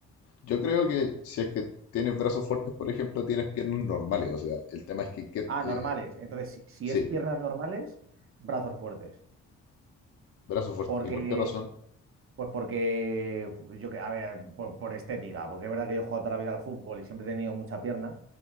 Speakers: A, on the left; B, on the right.
A: Yo creo que si es que tienes brazos fuertes, por ejemplo, tienes piernas normales. O sea, el tema es que, que,
B: Ah,
A: eh,
B: normales. Entonces, si si
A: sí,
B: es piernas normales, brazos fuertes.
A: brazos fuertes.
B: Porque
A: ¿Y por qué razón?
B: Pues porque, yo, que- a ver, por, por estética, porque es verdad que yo he jugado toda la vida al fútbol y siempre he tenido mucha pierna,